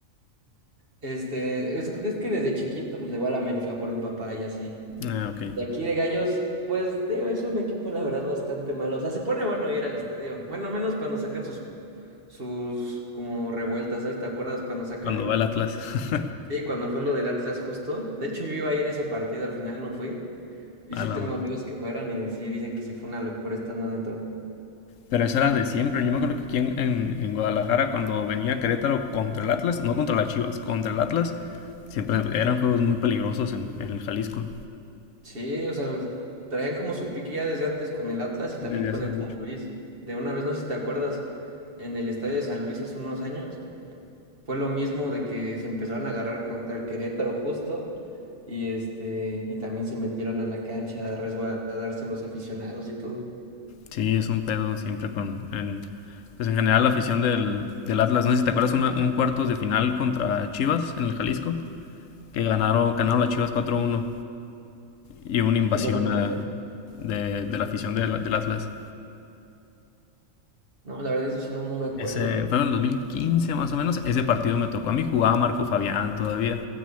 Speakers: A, on the right; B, on the left.
A: Este, es, pues, es que desde chiquito pues le voy al América por mi papá y así.
B: Ah, ok.
A: De aquí de Gallos, pues digo, es un equipo la verdad bastante malo. O sea, se pone bueno ir al estadio. Bueno, menos cuando sacan sus, sus como revueltas, ¿sabes? ¿Te acuerdas cuando sacaron
B: Cuando va el Atlas. <laughs>
A: Sí, cuando fue lo del Atlas justo. De hecho, yo iba a ir a ese partido, al final no fui. Y sí
B: A
A: tengo
B: la madre.
A: amigos que fueron y sí dicen que sí fue una locura estando adentro.
B: Pero eso era de siempre. Yo me acuerdo que aquí en, en- en Guadalajara, cuando venía Querétaro contra el Atlas, no contra las Chivas, contra el Atlas, siempre eran juegos muy peligrosos en, en el Jalisco.
A: Sí, o sea, traían como su pique ya desde antes con el Atlas y también
B: Desde
A: con
B: hace
A: el
B: mucho.
A: San Luis. De una vez, no sé si te acuerdas, en el estadio de San Luis hace unos años, fue lo mismo de que se empezaron a agarrar contra el Querétaro justo y este, y también se metieron a la cancha a resguardarse los aficionados y todo.
B: Sí, es un pedo siempre con... En, pues en general la afición del, del Atlas. No sé si te acuerdas una- un cuartos de final contra Chivas en el Jalisco, que ganaron, ganaron las Chivas cuatro uno y hubo una invasión
A: ¿Eso hace cuánto
B: a-
A: fue?
B: de, de la afición del, del Atlas.
A: No, la verdad, eso sí no, no me acuerdo.
B: Ese fue en el 2015 más o menos. Ese partido me tocó a mí. Jugaba Marco Fabián todavía.